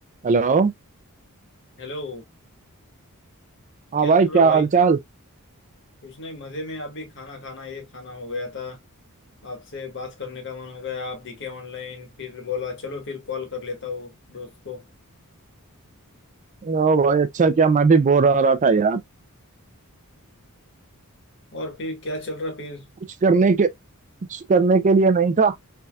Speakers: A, on the right (about 35°); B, on the left (about 55°).
A: हेलो
B: Hello
A: हाँ
B: क्या
A: भाई
B: चल रहा
A: क्या
B: भाई
A: हाल चाल
B: कुछ नहीं मजे में आप भी खाना खाना ये खाना हो गया था आपसे बात करने का मन हो गया आप दिखे ऑनलाइन फिर बोला चलो फिर कॉल कर लेता हूँ दोस्त को
A: ओ भाई अच्छा क्या मैं भी बोर हो रहा था यार
B: और फिर क्या चल रहा फिर
A: कुछ करने के कुछ करने के लिए नहीं था